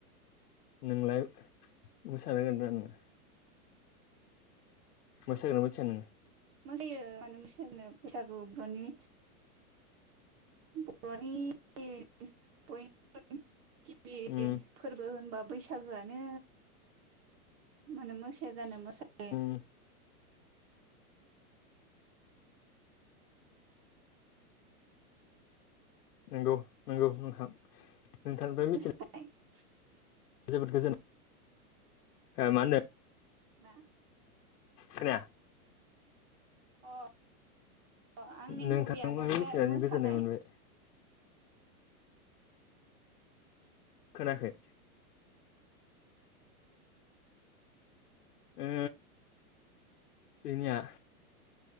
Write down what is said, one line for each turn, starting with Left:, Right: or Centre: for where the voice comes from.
Left: नोंलाय मोसानो‌ रोंङोना रोङा नोङो? मोसागोना मोसाया नोङो?
Right: मोसायो मानो मोसाया जानो बैसागु बर'नि <unintelligible> फोरबो
Left: उम
Right: होनबा बैसागोआनो मानो मोसाया जानो मोसायो।
Left: <inaudible> नोंगौ नोंगौ नोंथां नोंथांनिफ्राय मिथि
Right: <unintelligible>
Left: जोबोद गोजोन माननो
Right: मा
Left: खोनाया
Right: अ अ आंनि
Left: नोंथांनिफ्राय
Right: हबियानो दे
Left: मिथिनानै
Right: मोसानाय।
Left: गोजोननाय मोनबाय
Right: <inaudible>
Left: खोनायाखै ओ जोंनिया